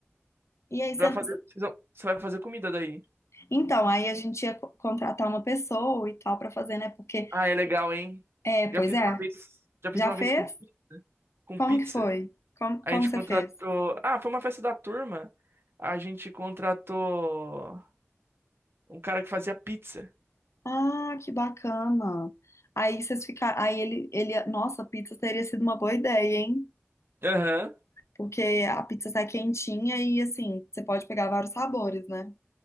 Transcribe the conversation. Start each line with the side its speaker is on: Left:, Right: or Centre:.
Left: E aí,
Right: Pra
Left: cê-
Right: fazer, vocês vão- você vai fazer comida daí.
Left: então, aí a gente ia co- contratar uma pessoa e tal para fazer, né? Porque,
Right: Ah, é legal, hein?
Left: é, pois
Right: Já fiz
Left: é,
Right: uma vez, já fiz
Left: já
Right: uma
Left: fez?
Right: vez com, pi- com
Left: Como
Right: pizza.
Left: que foi? Como,
Right: A
Left: como
Right: gente
Left: você
Right: contratou.
Left: fez?
Right: Ah, foi uma festa da turma. A gente contratou um cara que fazia pizza.
Left: Ah, que bacana. Aí vocês ficaram. Aí ele, ele. Nossa, pizza teria sido uma boa ideia, hein?
Right: Aham.
Left: Porque a pizza sai quentinha e assim, você pode pegar vários sabores, né?